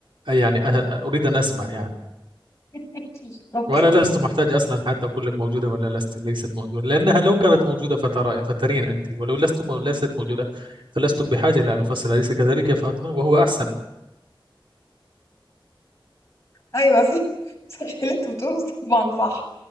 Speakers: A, on the right; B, on the left.
A: يعني أ- أ- أريد أن أسمع يعني
B: <laughs> اوكي
A: وأنا لست محتاج أصلا حتى أقول لك موجودة ولا لست ليست موجودة لأنها لو كانت موجودة فترى فترين أنت ولو لست مو- ليست موجودة فلست بحاجة إلى أن أفصل أليس كذلك يا فاطمة وهو أحسن
B: ايوه صح صح اللي انت بتقوله طبعا صح